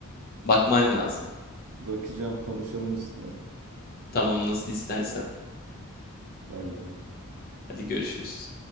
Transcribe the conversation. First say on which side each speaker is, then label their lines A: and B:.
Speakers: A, on the left (about 45°); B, on the right (about 80°).
A: Bakman lazım.
B: Bakacağım, konuşalım üstüne.
A: Tamam nasıl istersen.
B: Bay bay.
A: Hadi görüşürüz.